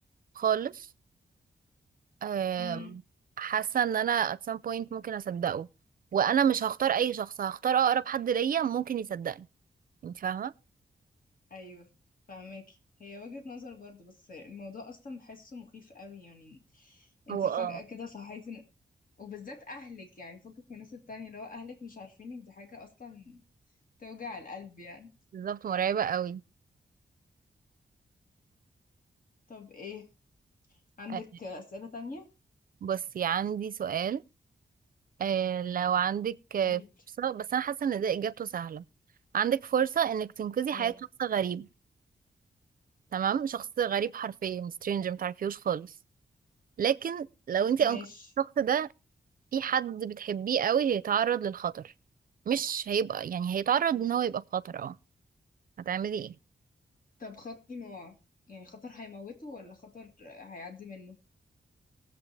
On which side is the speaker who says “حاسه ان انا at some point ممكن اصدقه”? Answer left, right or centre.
Right